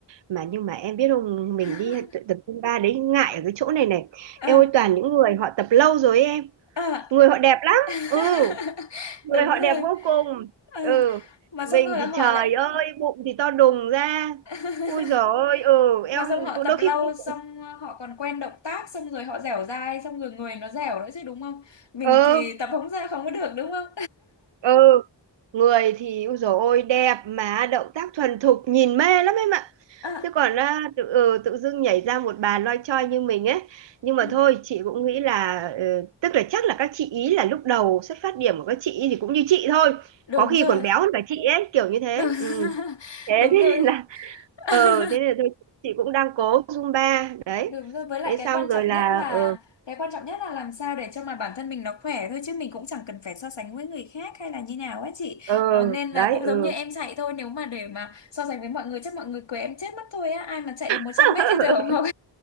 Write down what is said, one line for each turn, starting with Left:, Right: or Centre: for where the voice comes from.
Right: mà nhưng mà em biết không
Left: <laughs>
Right: mình đi t- tập Zumba đấy ngại ở cái chỗ này này
Left: à
Right: em ơi toàn những người họ tập lâu rồi ấy em
Left: à
Right: người họ đẹp lắm
Left: <laughs>
Right: ừ người
Left: Đúng
Right: họ
Left: rồi
Right: đẹp vô cùng
Left: Ờ,
Right: ừ
Left: Mà
Right: mình
Left: xong rồi
Right: thì
Left: họ
Right: trời
Left: lại
Right: ơi bụng thì to đùng ra
Left: <laughs>
Right: ui dồi ôi ừ
Left: mà
Right: eo
Left: xong họ
Right: cũng-
Left: tập
Right: đôi
Left: lâu
Right: khi cũng
Left: xong ờ, họ còn quen động tác xong rồi họ dẻo dai xong rồi người nó dẻo nữa chứ đúng không mình
Right: ừ
Left: thì tập không ra không có được đúng không
Right: ừ người thì ui dồi ôi đẹp mà động tác thuần thục nhìn mê lắm em ạ
Left: à,
Right: chứ còn à, tự ừ, tự dưng nhảy ra một bà loi choi như mình ấy nhưng mà
Left: à,
Right: thôi chị cũng nghĩ là ừ, tức là chắc là các chị ý là lúc đầu xuất phát điểm của các chị ý thì cũng như chị thôi
Left: đúng
Right: có khi
Left: rồi
Right: còn béo hơn cả chị ấy kiểu như thế
Left: đúng,
Right: ừ
Left: <laughs>
Right: thế
Left: đúng
Right: thế
Left: rồi
Right: nên là
Left: <laughs>
Right: ờ thế nên là tôi chị cũng đang cố Zumba đấy
Left: Đúng rồi, với lại
Right: thế
Left: cái
Right: xong
Left: quan
Right: rồi
Left: trọng
Right: là
Left: nhất là
Right: ờ
Left: cái quan trọng nhất là làm sao để cho mà bản thân mình nó khỏe thôi chứ mình cũng chẳng cần phải so sánh với người khác hay là như nào á chị.
Right: ờ
Left: Ờ, nên
Right: đấy
Left: là cũng
Right: ừ
Left: giống như em chạy thôi, nếu mà để mà so sánh với mọi người chắc mọi người quấy em chết mất thôi á, ai mà chạy được 100
Right: <laughs>
Left: mét thì tôi không học.